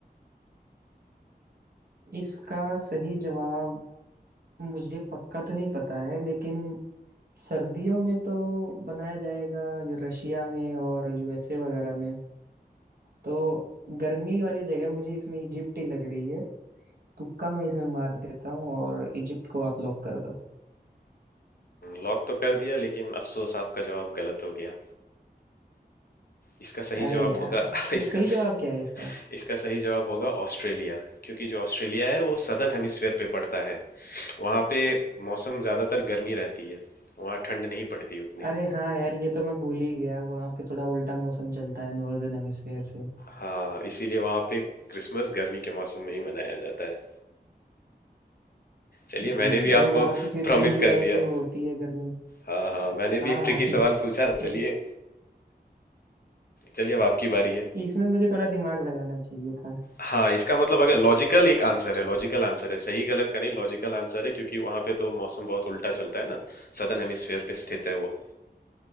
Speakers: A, on the right (about 65°); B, on the left (about 65°).
A: इसका सही जवाब मुझे पक्का तो नहीं पता है लेकिन सर्दियों में तो बनाया जाएगा ये रशिया में और यूएसए वगैरह में तो गर्मी वाली जगह मुझे इसमें इजिप्ट ही लग रही है तुक्का मैं इसमें मार देता हूँ और इजिप्ट को आप लॉक कर दो
B: लॉक तो कर दिया लेकिन अफसोस आपका जवाब गलत हो गया इसका सही
A: अरे
B: जवाब
A: यार
B: होगा <laughs>
A: फिर
B: इसका
A: सही
B: स-
A: जवाब क्या है इसका
B: इसका सही जवाब होगा ऑस्ट्रेलिया क्योंकि जो ऑस्ट्रेलिया है वो सदर्न हेमिस्फेयर पे पड़ता है वहाँ पे मौसम ज़्यादातर गर्मी रहती है वहाँ ठंड नहीं पड़ती उतनी
A: अरे हाँ यार ये तो मैं भूल ही गया वहाँ पे थोड़ा उल्टा मौसम चलता है नॉर्दर्न हेमिस्फेयर से
B: हाँ इसीलिए वहाँ पे क्रिसमस गर्मी के मौसम में ही मनाया जाता है चलिए
A: हम्म,
B: मैंने भी
A: और
B: आपको
A: वहाँ पे फिर
B: भ्रमित
A: जून जुलाई
B: कर दिया
A: में होती है गर्मी
B: हाँ हाँ मैंने
A: हाँ
B: भी एक ट्रिकी सवाल पूछा चलिए
A: <laughs> इ-
B: चलिए अब आपकी बारी है
A: इसमें मुझे थोड़ा दिमाग लगाना चाहिए था
B: हाँ इसका मतलब अगर लॉजिकल एक आंसर है लॉजिकल आंसर है सही गलत का नहीं लॉजिकल आंसर है क्योंकि वहां पे तो मौसम बहुत उल्टा चलता है ना सदर्न हेमिस्फीयर पे स्थित है वो